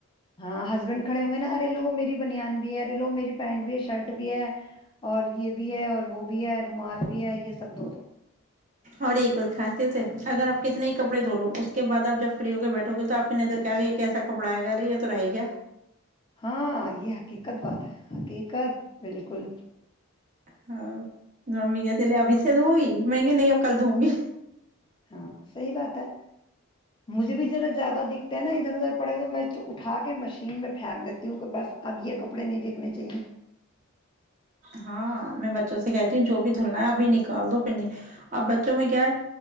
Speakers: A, on the left; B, on the right.
A: ہاں ہسبینڈ کھڑے ہوں گے نا ارے لو میری بنیان لو میری پینڈو بھی ہیں شرٹ بھی ہے اور یہ بھی ہے اور وہ بھی ہے رومال بھی ہے یہ سب دھو دو
B: اور ایک اور خاصیت ہے اگر اپ کتنے کپڑے دھو لو اس کے بعد اپ جب فری ہو کے بیٹھو گے تو اپ کی نظر ک اگ کیا کہ یہ کیسا کپڑا ائے گا یہ تو رہ گیا
A: ہاں یہ حقیقت بات ہے حقیقت بالکل
B: ہاں تو امی کہتی اب اس سے دھوئے گی میں نے کہا نہیں اب کل دوں گی
A: ہاں صحیح بات ہے مجھے بھی ذرا زیادہ دکھتے ہیں نا ادھر ادھر پڑے تو میں اٹھا کے مشین می فیک دیتی ہوں بس اب یہ کپڑے نہیں دیکھنے چاہیے
B: ہاں میں بچوں سے کہتی ہوں جو بھی دھلنا ہے ابھی نکال دو پھر اب بچوں میں کیا ہے